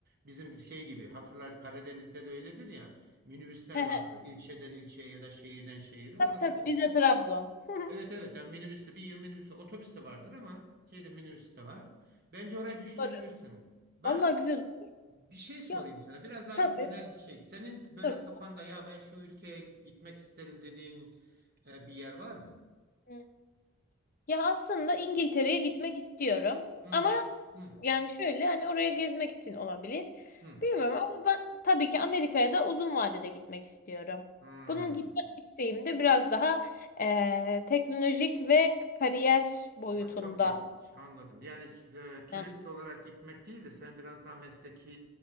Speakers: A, on the right; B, on the left.
A: Bizim şey gibi hatırlarsınız Karadeniz'de de öyledir ya. Minibüsler
B: <laughs>
A: vardı. İlçeden ilçeye ya da şehirden şehire. Orası
B: Tabii tabii.
A: da.
B: Rize Trabzon. <laughs>
A: Evet evet. Yani minibüste bir yıl minibüste otobüs de vardır ama şeyde minibüs de var. Bence orayı düşünebilirsin.
B: Doğru.
A: Ben
B: Vallahi güzel.
A: bir şey sorayım
B: Ya
A: sana. Biraz daha
B: tabii.
A: genel bir şey. Senin böyle
B: Doğru.
A: kafanda ya ben şu ülkeye gitmek isterim dediğin e, bir yer var mı?
B: Hı. Ya aslında İngiltere'ye gitmek istiyorum.
A: Hmm,
B: Ama
A: hmm,
B: Yani şöyle hani oraya gezmek için olabilir.
A: hmm,
B: Bilmiyorum ama ben tabii ki Amerika'ya da uzun vadede gitmek istiyorum.
A: hmm.
B: Bunun gitmek isteğim de biraz daha eee, teknolojik ve kariyer boyutunda.
A: Ha, çok ilginç. Anladım. Yani e, turist
B: Heh,
A: olarak gitmek değil de sen biraz daha mesleki